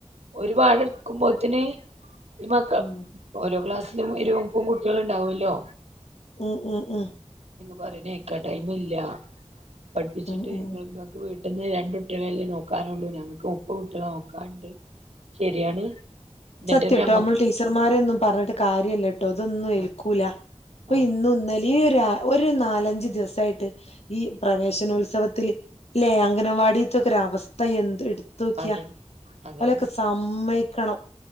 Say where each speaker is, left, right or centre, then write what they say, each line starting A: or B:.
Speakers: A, on the right; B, on the left.
A: ഒരുപാട് <unintelligible> ഇ മക്കൾ
B: ഉം
A: ഓരോ ക്ലാസ് <unintelligible> കുട്ടികൾ ഉണ്ടാവുമല്ലോ
B: ഉംഉംഉം
A: പറയുന്നകേക്കാ ടൈമില്ല പഠിപ്പിച്ചിട്ട്
B: ഉം ഉം
A: നിങ്ങൾക്കക്കെ വീട്ട് ഇന്ന് രണ്ട് കുട്ടികളേയല്ലേ നോക്കാനുള്ളൂ ഞങ്ങക്ക് മുപ്പത് കുട്ടികളെ നോക്കാനുണ്ട്. ശരിയാണ് എന്നിട്ട്
B: സത്യംട്ടോ
A: നമ്മ
B: നമ്മൾ ടീച്ചർമാരെ ഒന്നും പറഞ്ഞിട്ട് കാര്യമല്ല ട്ടോ അതൊന്നും ഏൽക്കൂല
A: ആ
B: ഇപ്പൊ
A: ആ
B: ഇന്ന് ഇന്ന് ഈ രാ ഒരു നാലഞ്ചു ദിവസായിട്ട് ഈ പ്രവേശനോത്സവത്തിൽ ല്ലെ അംഗനവാടിത്തൊക്കെ ഒരു അവസ്ഥ എന്ത് എടു തോക്കിയാ
A: അതെ അതന്നെ
B: ഓലൊക്കെ സമ്മയി ക്കണം